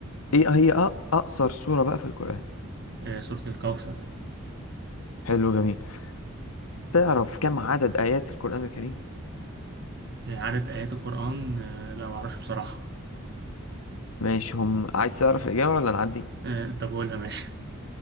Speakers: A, on the left (about 85°); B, on the right (about 50°).
A: إيه هي أ- أقصر سورة بقى في القرآن
B: آه سورة الكوثر
A: حلو جميل تعرف كم عدد آيات القرآن الكريم
B: آه عدد آيات القرآن آه لا معرفش بصراحة
A: ماشي هم عايز تعرف الإجابة ولا نعدي
B: آه أنت بقولها ماشي